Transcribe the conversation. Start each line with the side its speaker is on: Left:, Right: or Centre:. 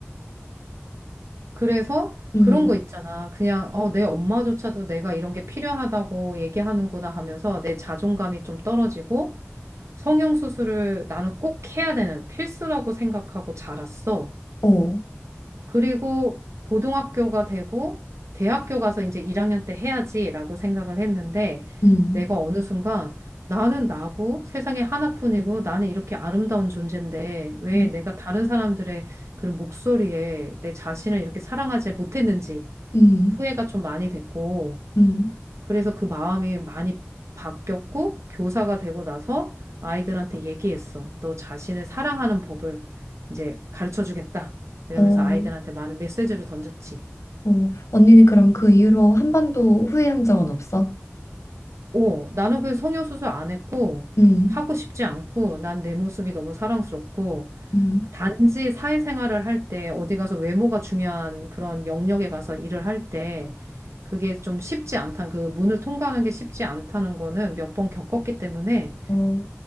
Right: 그래서
Left: 음,
Right: 그런 거 있잖아. 그냥 어, 내 엄마조차도 내가 이런 게 필요하다고 얘기하는구나 하면서 내 자존감이 좀 떨어지고 성형 수술을 나는 꼭 해야 되는 필수라고 생각하고 자랐어.
Left: 어,
Right: 그리고 고등학교가 되고 대학교 가서 이제 1학년 때 해야지라고 생각을 했는데
Left: 음,
Right: 내가 어느 순간 나는 나고 세상에 하나뿐이고 나는 이렇게 아름다운 존재인데 왜
Left: 음,
Right: 내가 다른 사람들의 그런 목소리에 내 자신을 이렇게 사랑하지 못했는지
Left: 음,
Right: 후회가 좀 많이 됐고
Left: 음,
Right: 그래서 그 마음이 많이 바뀌었고, 교사가 되고 나서 아이들한테 얘기했어. 너 자신을 사랑하는 법을 이제 가르쳐 주겠다. 이러면서
Left: 어,
Right: 아이들한테 많은 메시지를 던졌지.
Left: 어. 언니는 그럼 그 이후로 한 번도 후회한 적은 없어?
Right: 오, 나는 그 성형수술 안 했고,
Left: 음,
Right: 하고 싶지 않고, 난 내 모습이 너무 사랑스럽고,
Left: 음,
Right: 단지 사회생활을 할 때, 어디 가서 외모가 중요한 그런 영역에 가서 일을 할 때, 그게 좀 쉽지 않다는, 그 문을 통과하는 게 쉽지 않다는 거는 몇 번 겪었기 때문에,
Left: 어,